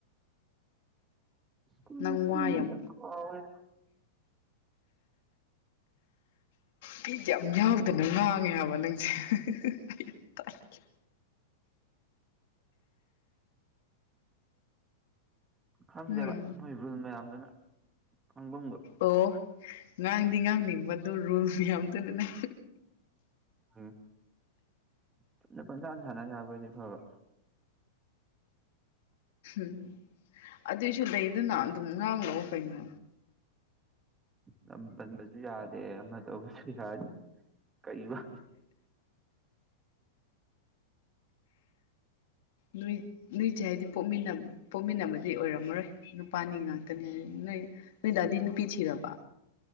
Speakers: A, on the right (about 20°); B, on the left (about 65°).
A: ꯁ꯭ꯀꯨꯜꯒ
B: ꯅꯪ
A: ꯀꯨꯏꯔꯝꯅ
B: ꯋꯥꯌꯝ
A: ꯀꯥꯎꯔꯦ
B: ꯐꯤꯗꯤ ꯌꯥꯝ ꯌꯥꯎꯗꯅ ꯉꯥꯡꯉꯦ ꯍꯥꯏꯕ ꯅꯪꯁꯦ ꯑꯩ ꯌꯥꯝ ꯇꯥꯏꯈꯤ <inaudible>
A: ꯊꯪꯗꯦꯕ
B: ꯎꯝ
A: ꯃꯣꯏꯕꯨꯜ ꯌꯥꯝꯗꯅ ꯑꯪꯝꯕ
B: ꯑꯣ ꯉꯥꯡꯗꯤ ꯉꯥꯡꯅꯤꯡꯕꯗꯨ ꯔꯨꯜꯁꯨ ꯌꯥꯝ ꯊꯨꯅ
A: ꯎꯝ ꯆꯨꯝꯅ ꯄꯪꯁꯥꯟ ꯁꯥꯟꯅ ꯁꯥꯕꯗꯤ ꯐꯕ
B: ꯎꯝ ꯑꯗꯨꯏꯁꯨ ꯂꯩꯗꯅ ꯑꯗꯨꯝ ꯉꯥꯡꯂꯛꯑꯣ ꯀꯩꯅꯣ
A: ꯂꯝ ꯄꯟꯕꯁꯨ ꯌꯥꯗꯦ ꯑꯃ ꯇꯧꯕꯁꯨ ꯌꯥꯗꯦ ꯀꯩ ꯋꯥ
B: ꯅꯨꯏ ꯅꯣꯏꯁꯦ ꯍꯥꯏꯗꯤ ꯄꯣꯛꯃꯤꯟꯅ ꯄꯣꯛꯃꯤꯟꯅꯕꯗꯤ ꯑꯣꯏꯔꯝꯃꯔꯣꯏ ꯅꯨꯄꯥꯅꯤ ꯉꯥꯛꯇꯅꯤ ꯍꯥꯏ ꯅꯣꯏ ꯅꯣꯏꯗ ꯇꯗꯤ ꯅꯨꯄꯤ ꯊꯤꯔꯕ